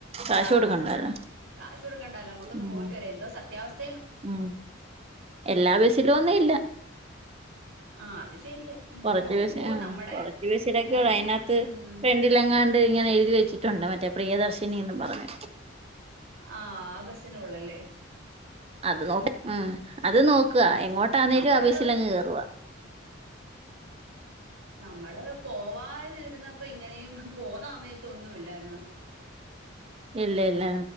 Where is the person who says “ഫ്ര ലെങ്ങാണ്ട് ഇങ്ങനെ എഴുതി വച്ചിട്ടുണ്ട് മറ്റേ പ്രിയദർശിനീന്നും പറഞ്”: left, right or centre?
Right